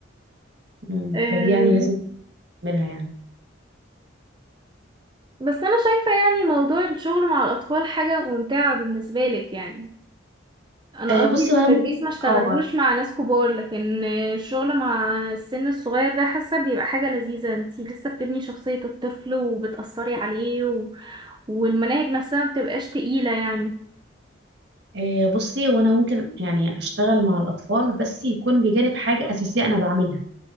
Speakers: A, on the right (about 55°); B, on the right (about 20°).
A: مم،
B: أم،
A: فدي يعني لازم اعملها يعني
B: بس انا شايفه يعني موضوع الشغل مع الاطفال حاجه ممتعه بالنسبه لك يعني انا
A: آه،
B: قصدي
A: بصي
B: بالتدريس
A: وانا ممكن
B: ما اشتغلوش
A: اه
B: مع ناس كبار لكن الشغل مع السن الصغير ده حاسه بيبقى حاجه لذيذه انتي لسه بتبني شخصيه الطفل وبتاثري عليه و... والمناهج نفسها ما بتبقاش تقيله يعني
A: آه، بصي وانا ممكن يعني اشتغل مع الاطفال بس يكون بجانب حاجه اساسيه انا بعملها